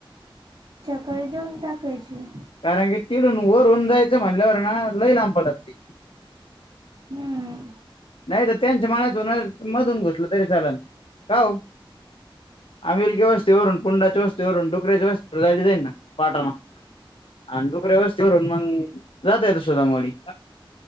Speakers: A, on the right; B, on the left.
A: खरी देऊन टाकयची.
B: कारण की तिडून वरून जायचं म्हल्यावर ना. लई लांब पडती.
A: हम्.
B: नाही तर त्यांच्या मनातूनून मधून घुसलं तरी चालाल का आमलगी वस्थ वरून पुंडाच्या वस्त चोरून डुक्याची वस्त्र झाली जाईन ना. पाठर मग आणिडुक ववस्थवरून मग.. राते येत सोधा मडी